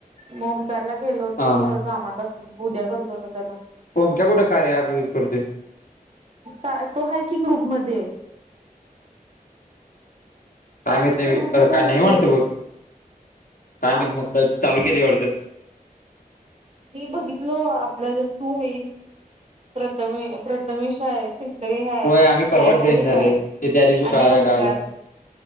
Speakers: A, on the right; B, on the left.
A: म ओमकारला केलो होतो
B: हा
A: तो खरं कामात असलं, उद्या करतो आता त्याला.
B: ओमक्या कुठे कार्या ऍप युज करतोय
A: काय तो आहे कि ग्रुपमध्ये.
B: काय
A: कार्याच्या
B: माहीत नाही बाई,
A: ग्रुपमध्ये
B: खर काय
A: आहे
B: नै वाढत
A: की
B: बहूतेक. काय
A: हा
B: माहित, चालु केली वाढतं.
A: मी बघितल, आपल्या ज तू हे प्रथमे, प्रथमेशा आहे. हाय,
B: होय आम्ही परवाच
A: नायकवडे
B: जॉईन झाले
A: हाय,
B: ते त्या दिवशी
A: आणि
B: कळाल्या
A: ओमकार,
B: कळाल्या